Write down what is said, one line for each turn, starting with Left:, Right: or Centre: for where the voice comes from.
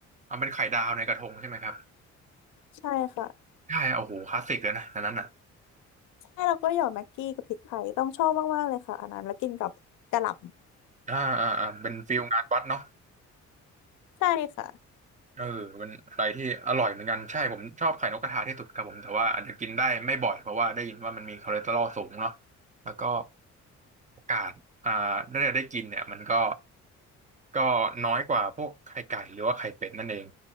Right: เอาเป็นไข่ดาวในกระทงใช่ไหมครับ
Left: ใช่ค่ะ
Right: ใช่โอ้โหคลาสสิกเลยนะอันนั้นอ่ะ
Left: ใช่แล้วก็หยอดแม็กกี้กับพริกไทยต้องชอบมากๆเลยค่ะอันนั้นแล้วกินกับกะหล่
Right: อ่าอ่าอ่าเป็นฟิลงานวัดเนาะ
Left: ำใช่ค่ะ
Right: เออเป็นอะไรที่อร่อยเหมือนกันใช่ผมชอบไข่นกกระทาที่สุดครับผมแต่ว่าอาจจะกินได้ไม่บ่อยเพราะว่าได้ยินว่ามันมีคอเลสเตอรอลสูงเนาะแล้วก็โอกาสอ่าได้ได้กินเนี่ยมันก็ก็น้อยกว่าพวกไข่ไก่หรือว่าไข่เป็ดนั่นเอง